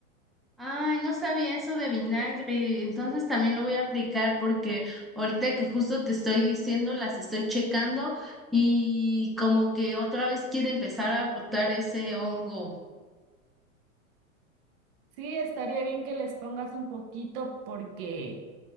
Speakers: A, in the centre; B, on the right.
A: Ay, no sabía eso de vinagre, entonces también lo voy a aplicar porque ahorita que justo te estoy diciendo, las estoy checando y como que otra vez quiere empezar a brotar ese hongo.
B: Sí, estaría bien que les pongas un poquito porque